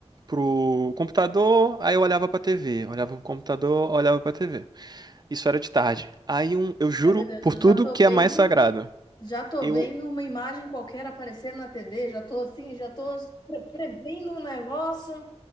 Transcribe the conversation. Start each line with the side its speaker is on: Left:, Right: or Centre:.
Right: pro computador, aí eu olhava pra TV, olhava pro computador, olhava pra TV. Isso era de tarde. Aí um, eu juro
Left: Ai, meu Deus,
Right: por
Left: eu
Right: tudo
Left: já tô
Right: que
Left: vendo.
Right: é mais sagrado.
Left: Já tô
Right: Eu
Left: vendo uma imagem qualquer aparecendo na TV, já tô assim, já tô pre- prevendo um negócio.